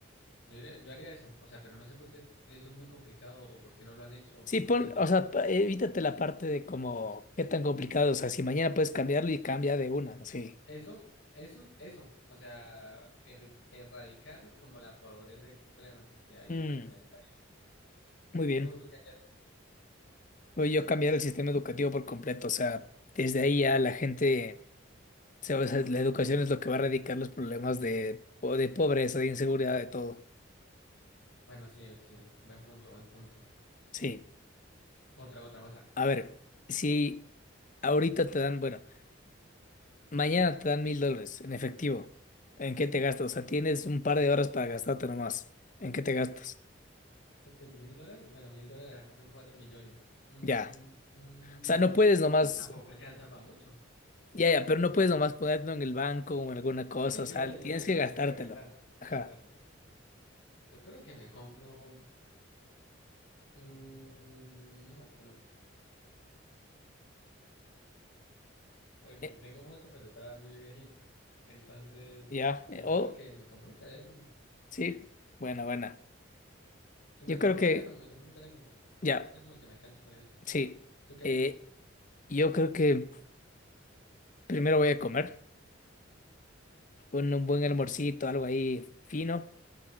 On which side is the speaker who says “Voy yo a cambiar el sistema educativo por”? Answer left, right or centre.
Left